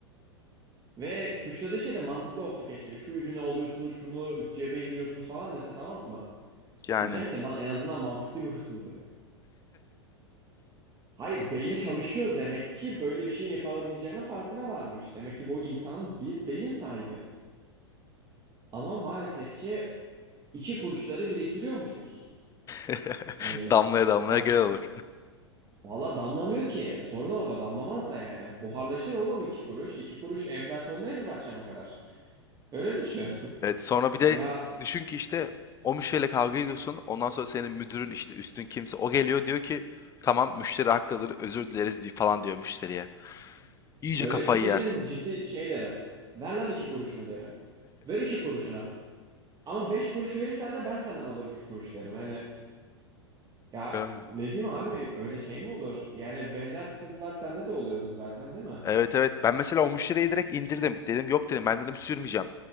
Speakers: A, on the right; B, on the left.
A: Ve suçladığı şey de mantıklı olsa keşke. Şu ürünü alıyorsunuz, şunu cebe indiriyorsunuz falan dese tamam mı?
B: yani
A: Diyeceğim ki lan en azından mantıklı bir hırsızlık. Hayır beyni çalışıyor demek ki böyle bir şeyin yapılabileceğinin farkına varmış. Demek ki bu insan bir beyin sahibi. Ama maalesef ki iki kuruşları biriktiriyormuşuz.
B: <laughs>
A: Hani
B: damlaya damlaya
A: Bak
B: gel olur.
A: Valla damlamıyor ki. Sorun orada damlamaz da yani. Buharlaşır oğlum iki kuruş. İki kuruş enflasyonda erir akşama kadar. Öyle düşün. <laughs>
B: Evet sonra bir de
A: Ya
B: düşün ki işte o müşteriyle kavga ediyorsun. Ondan sonra senin müdürün işte üstün kimse o geliyor diyor ki tamam müşteri haklıdır özür dileriz diye falan diyor müşteriye. İyice
A: öyle
B: kafayı
A: bir şey desen
B: yersin.
A: ciddi şey derim. Ver lan iki kuruşunu derim. Ver iki kuruşuna. Ama beş kuruş verirsen de ben senden alırım üç kuruş derim. Yani ya
B: Yani.
A: ne diyeyim abi öyle şey mi olur? Yani benzer sıkıntılar sende de oluyordu zaten değil mi?
B: Evet evet ben mesela o müşteriyi direkt indirdim. Dedim yok dedim ben dedim sürmeyeceğim.